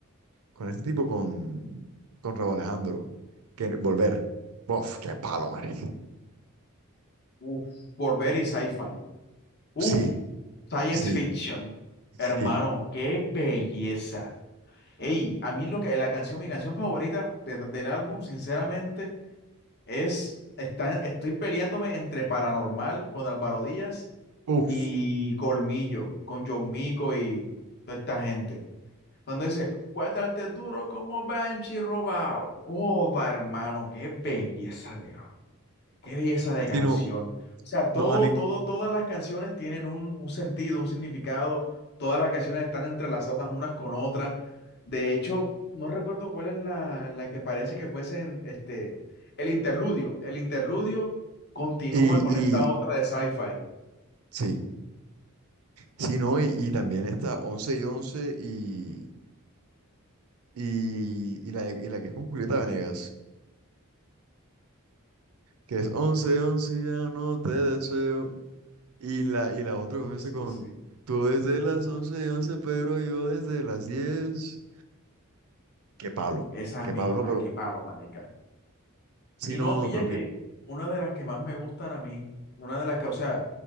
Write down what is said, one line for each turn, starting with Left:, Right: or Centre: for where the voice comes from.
Right: con este tipo, con, con Rauw Alejandro, que Volver. Uf, qué palo, marica.
Left: Uf, volver y sci-fi. Uf,
Right: Sí,
Left: science
Right: sí,
Left: fiction.
Right: sí.
Left: Hermano, qué belleza. Ey, a mí lo que la canción, mi canción favorita de- del álbum, sinceramente, es, está, estoy peleándome entre Paranormal con Álvaro Díaz
Right: Uf,
Left: y Colmillo, con John Mico y toda esta gente. Cuando dice, voy a darte duro como Banshee robado. Oh, va, hermano, qué belleza de ar- qué belleza de
Right: sí,
Left: canción.
Right: no,
Left: O sea, todo,
Right: no, a mí,
Left: todo, todas las canciones tienen un, un sentido, un significado. Todas las canciones están entrelazadas unas con otras. De hecho, no recuerdo cuál es la, la que parece que fuesen este, el interludio. El interludio continúa
Right: y,
Left: con esta
Right: y,
Left: otra de sci-fi.
Right: sí. Sí, no, y, y también esta 11 y 11 y, Y, y la, y la que es con Julieta Venegas, que es 11 11 ya no te deseo. Y la, y la otra
Left: Sí,
Right: comienza
Left: sí,
Right: con
Left: sí.
Right: tú desde las 11 y 11 pero yo desde las diez Qué palo,
Left: Esa
Right: qué
Left: misma,
Right: palo, no, pero
Left: qué palo, marica.
Right: sí,
Left: Y
Right: no,
Left: no, pilla
Right: no, pero
Left: que
Right: que-
Left: una de las que más me gustan a mí, una de las que, o sea,